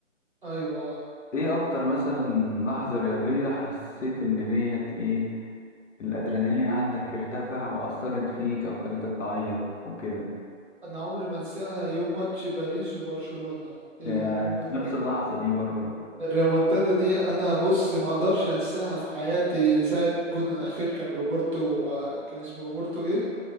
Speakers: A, on the right (about 40°); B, on the left (about 70°).
A: ايوه
B: ايه اكتر مثلا لحظة رياضية حسيت ان ديت ايه الادرينالين عندك ارتفع واثرت فيك او خلتك تعيط او كده
A: انا عمري ما انساها يوم ماتش باريس وبرشلونه الريمونتادا
B: يا نفس اللحظة دي برضه
A: الريمونتادا دي انا بص ما اقدرش انساها في حياتي ساعه الجون الاخير كان روبرتو آه، كان اسمه روبرتو ايه